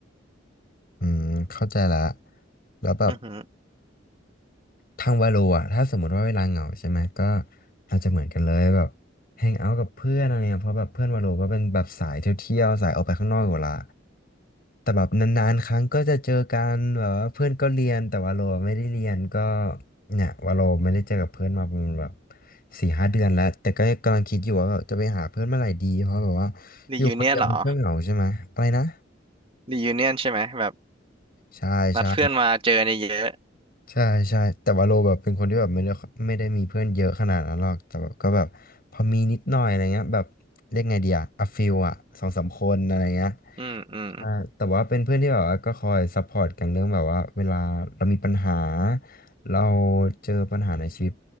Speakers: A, on the left; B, on the right.
A: อืมเข้าใจละแล้วแบบ
B: อือหือ
A: ทางวาโลอ่ะถ้าสมมติว่าเวลาเหงาใช่ไหมก็อาจจะเหมือนกันเลยแบบแฮงเอาท์กับเพื่อนอะไรเนี่ยเพราะแบบเพื่อนวาโลก็เป็นแบบสายเที่ยวๆสายออกไปข้างนอกอยู่ละแต่แบบนานๆครั้งก็จะเจอกันแบบว่าเพื่อนก็เรียนแต่วาโลไม่ได้เรียนก็เนี่ยวาโลไม่ได้เจอกับเพื่อนมาประมาณแบบสี่ห้าเดือนแล้วแต่ก็กำลังคิดอยู่ว่าแบบจะไปหาเพื่อนเมื่อไหร่ดีเพราะแบบว่า
B: รียูเนียนเหรอ
A: อยู่คนเดียวมันก็เหงาใช่ไหมอะไรนะ
B: รียูเนียนใช่ไหมแบบ
A: ใช่ใช่
B: นัดเพื่อนมาเจอกันเยอะ
A: ใช่ใช่แต่ว่าโลแบบเป็นคนที่แบบไม่ได้ไม่ได้มีเพื่อนเยอะขนาดนั้นหรอกแต่แบบก็แบบพอมีนิดหน่อยอะไรเงี้ยแบบเรียกไงดีอะอะฟิลอะสองสามคนอะไรเงี้ย
B: ๆอืมอืม
A: ใช่แต่ว่าเป็นเพื่อนที่แบบว่าก็คอยซัพพอร์ตกันเรื่องแบบว่าเวลาเรามีปัญหาเราเจอปัญหาในชีวิต